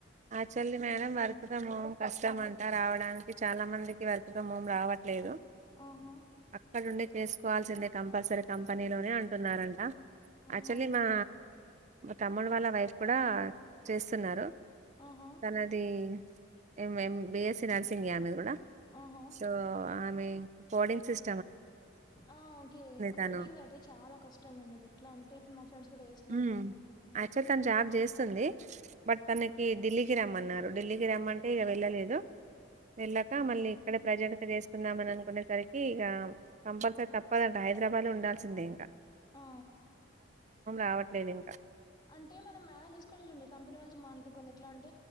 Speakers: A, on the right; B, on the left.
A: ఆచల్లి మేడం వర్క్త మం కష్టం అంతా రావడానికి చాలా మందికి వర్క్ ఫ్రం హోం రావట్లేదు
B: ఆహా
A: అక్కడ ఉండే చేసుకోవాల్సిందే కంపల్సరీ కంపెనీలోనే అంటున్నారంట
B: ఆహా
A: యాక్చువలీ మా తమ్ముడు వాళ్ళ వైఫ్ కూడా చేస్తున్నారు
B: ఆహా
A: తనది ఎం ఎం బీఎస్సీ నర్సింగ్మె ఆమె కూడా
B: ఆహా
A: సో ఆమె కోడింగ్ సిస్
B: ఆ ఓకే కోడింగ్
A: తను
B: అయితే చాలా కష్టం ఉండదు ఎట్లా అంటే ఇప్పుడు మా ఫ్రెండ్స్ కూడా వస్త
A: ఉమఅచ తను జాబ్ చేస్ వస్తుంది బట్ తనకి ఢిల్లీకి రమ్మన్నారు ఢిల్లీకి రమ్మంటే వెళ్ళలేదు వెళ్ళాక మళ్ళీ ఇక్కడే ప్రజెంట్ తీసుకుందామని అనుకునేసరికి ఇక కంపల్సరీ తప్పదండి హైదరాబాద్ ఉడాల్సిందేం
B: ఆ
A: రావట్లేదు ఇంకా
B: అంటే మనం మేనేజ్ స డి కంపెనీ వాళ్తో మాట్లాడుకుని ఎట్లా అంట